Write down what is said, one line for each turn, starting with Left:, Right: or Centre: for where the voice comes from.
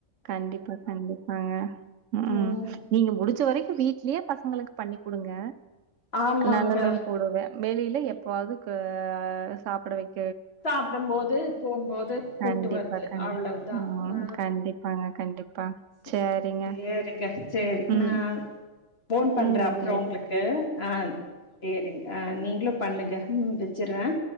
Right: கண்டிப்பா கண்டிப்பாங்க உம்
Left: ம்
Right: நீங்க முடிச்சி இதுவரைக்கு வீட்லயே பசங்களுக்கு பண்ணி் கொடுங்க
Left: ஆமாங்க
Right: நல்லதும் கூடவே வெளியில எப்பவாவது க ஆ சாப்பிட வைக்
Left: சாப்படுபோது போம்போது கூட்டு
Right: கண்டிப்பா,
Left: வருது
Right: கண்டி
Left: அவ்வளவுதான்
Right: ம்.
Left: ஆ
Right: கண்டிப்பாங்க, கண்டிப்பா
Left: சே
Right: சரிங்க.
Left: சேரிங்க சேரி
Right: ம்.
Left: நான் ஃபோன் பண்றே
Right: ம்.
Left: அப்றோ
Right: இது
Left: உங்களுக்கு ஆ சேரிங்க ஆ நீங்களு பண்ணுங்க உம் வச்சறேன்